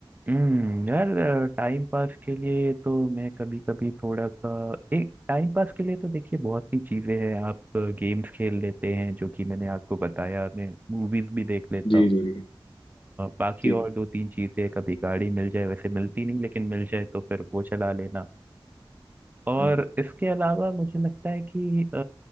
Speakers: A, on the right; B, on the left.
A: हम्म यार टाइम पास के लिए तो मैं कभी कभी थोड़ा सा एक टाइम पास के लिए तो देखिए बहुत सी चीजें हैं आप गेम्स खेल लेते हैं जो कि मैंने आपको बताया मैं मूवीज भी देख लेता
B: जी
A: अ,
B: जी जी
A: बाकी
B: जी
A: और दो तीन चीजें कभी गाड़ी मिल जाए वैसे मिलती नहीं लेकिन मिल जाए तो फिर वो चला लेना और
B: हम्म,
A: इसके अलावा मुझे लगता है कि अ,